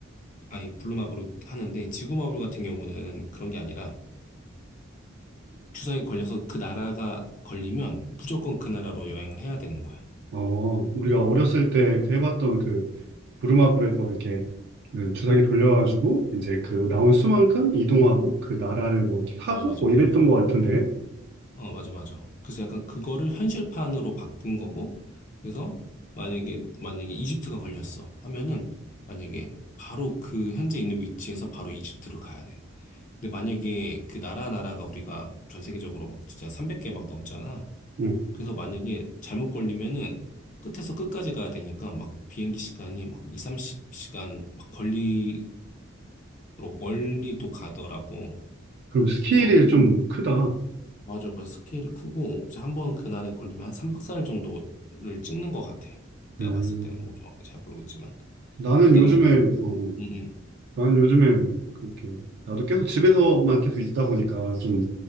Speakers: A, on the left; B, on the right.
A: 아니, 블루마블을 하는데, 지구마블 같은 경우는 그런 게 아니라, 주사에 걸려서 그 나라가 걸리면 무조건 그 나라로 여행을 해야 되는 거야.
B: 어, 우리가 어렸을 때 그 해봤던 그 부루마블에서 이렇게 그 주사기 돌려가지고 이제 그 나온 수만큼 이동하고 그 나라를 뭐 이렇게 하고
A: 맞아, 맞아,
B: 뭐
A: 맞아.
B: 이랬던 것 같은데.
A: 어, 맞아, 맞아. 그래서 약간 그거를 현실판으로 바꾼 거고, 그래서 만약에, 만약에 이집트가 걸렸어 하면은, 만약에 바로 그 현재 있는 위치에서 바로 이집트로 가야 돼. 근데 만약에 그 나라 나라가 우리가 전 세계적으로 막 진짜 300개 막 넘잖아.
B: 응.
A: 그래서 만약에 잘못 걸리면은 끝에서 끝까지 가야 되니까 막 비행기 시간이 막 2, 3십시간 막 걸리도록 멀리도 가더라고.
B: 그럼 스케일이
A: 그래서 이걸,
B: 좀 크다.
A: 맞아, 맞아. 스케일이 크고, 이제 한번 그날에 걸리면 한 3박 4일 정도를 찍는 것 같아. 내가
B: 음.
A: 봤을 때는 뭐 정확히 잘 모르겠지만.
B: 나는
A: 근데
B: 요즘에
A: 내가 왜,
B: 어, 어.
A: 응, 응.
B: 나는 요즘에 그렇게 나도 계속 집에서만 계속 있다 보니까 좀